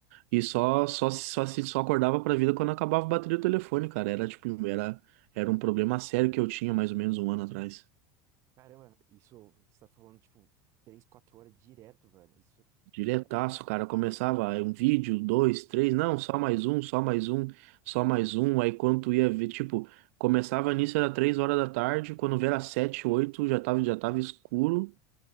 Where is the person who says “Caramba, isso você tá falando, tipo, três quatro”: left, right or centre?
Right